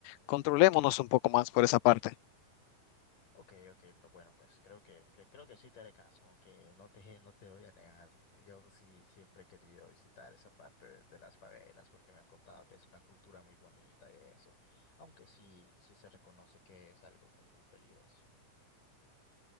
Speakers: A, on the left; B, on the left.
A: controlémonos un poco más por esa parte.
B: Ok, ok, pero bueno, pues creo que, que creo que sí te haré caso, aunque no te, no te voy a negar. Yo sí siempre he querido visitar esa parte de, de las favelas porque me han contado que es una cultura muy bonita y eso, aunque sí, sí se reconoce que es algo muy, muy peligroso.